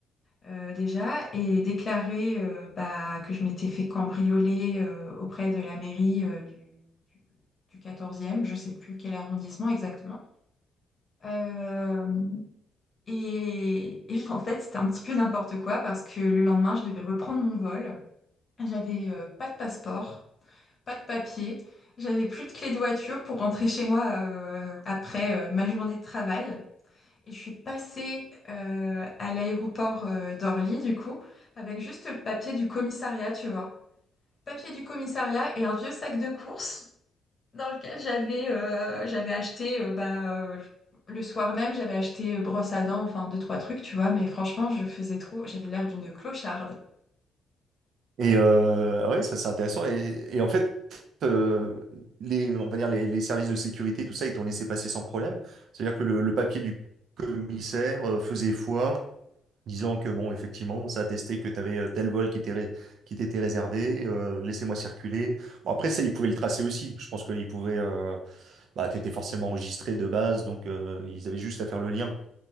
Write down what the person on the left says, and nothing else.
euh, déjà et déclarer euh, bah, que je m'étais fait cambrioler euh, auprès de la mairie euh, du, du 14e, je sais plus quel arrondissement exactement. Euh, Et, et <laughs> en fait, c'était un petit peu n'importe quoi parce que le lendemain, je devais reprendre mon vol. J'avais euh, pas de passeport, pas de papier, j'avais plus de clé de voiture pour rentrer chez moi euh, après euh, ma journée de travail. Et je suis passée euh, à l'aéroport euh, d'Orly, du coup, avec juste le papier du commissariat, tu vois. Papier du commissariat et un vieux sac de courses dans lequel j'avais euh, j'avais acheté euh, bah, euh, le soir même, j'avais acheté euh, brosse à dents, enfin deux, trois trucs, tu vois, mais franchement, je faisais trop, j'avais l'air d'une clocharde.
Oui,
oui.